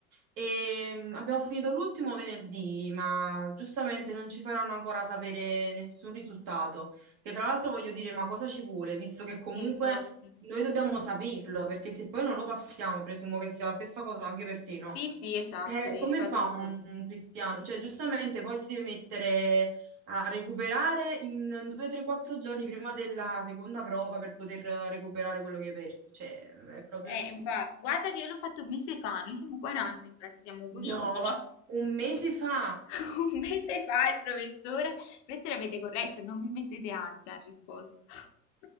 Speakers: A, on the right (about 50°); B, on the left (about 55°).
A: e mm, abbiamo finito l'ultimo venerdì, ma giustamente non ci faranno ancora sapere nessun risultato. Che tra l'altro voglio dire, ma cosa ci vuole, visto che comunque
B: Sì, Infatti.
A: noi dobbiamo saperlo, perché se poi non lo passiamo, presumo che sia la stessa cosa anche per te, no?
B: Sì, sì, esatto,
A: Eh,
B: devi
A: come
B: rifare
A: fa
B: tutto.
A: un, un cristiano? Cioè, giustamente poi si deve mettere a recuperare in 2, 3, 4 giorni prima della seconda prova per poter eh, recuperare quello che hai perso. Cioè, è proprio
B: Eh,
A: assurdo.
B: infatti, guarda che io l'ho fatto un mese fa, noi siamo 40 in classe, siamo pochissimi,
A: No, ma un mese fa!
B: <laughs> Un mese fa il professore, professore avete corretto, non mi mettete ansia, ha risposto. <laughs>